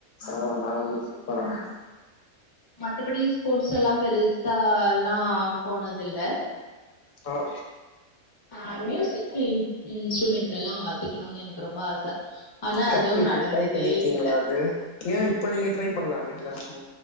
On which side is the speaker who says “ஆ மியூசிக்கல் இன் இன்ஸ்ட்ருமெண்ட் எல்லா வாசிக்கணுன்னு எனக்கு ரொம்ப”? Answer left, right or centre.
Left